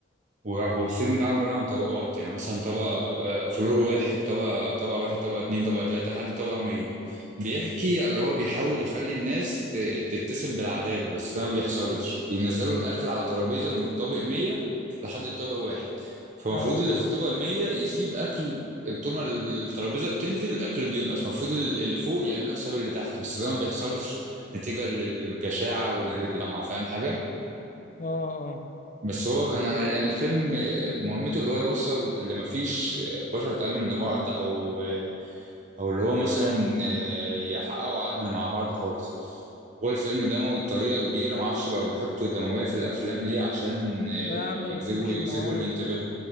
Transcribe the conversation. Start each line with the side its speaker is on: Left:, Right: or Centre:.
Right: وهو السجن ده عبارة عن طبقات يعني مثلا طبقة آه، فلور واحد طبقة طبقة واحد طبقة اتنين طبقة تلاتة لحد طبقة مية بيحكي على اللي هو بيحاول يخلي الناس ت- تتسم بالعدالة بس ده ما بيحصلش بينزلوا الأكل على ترابيزة من الطابق مية لحد الطابق واحد فالمفروض
Left: اه
Right: اللي في الطابق مية يسيب أكل طول ما الترابيزة بتنزل الأكل بينقص المفروض اللي فوق يعملوا حساب اللي تحت بس ده ما بيحصلش نتيجة للجشاعة والطمع فاهم حاجة؟
Left: اه اه
Right: بس هو كان يعني الفيلم آه، مهمته اللي هو يوصل اللي مفيش آه، بشر تؤمن لبعض او آه، او اللي هو مثلا آه، يحققوا عدل مع بعض خالص هو الفيلم دموي بطريقة كبيرة معرفش بقى بيحطوا الدموية في الأفلام ليه عشان آه،
Left: لا يا عم
Right: يجذبوا
Left: ما بحبش
Right: يجذبوا
Left: النوعية
Right: الانتباه
Left: دي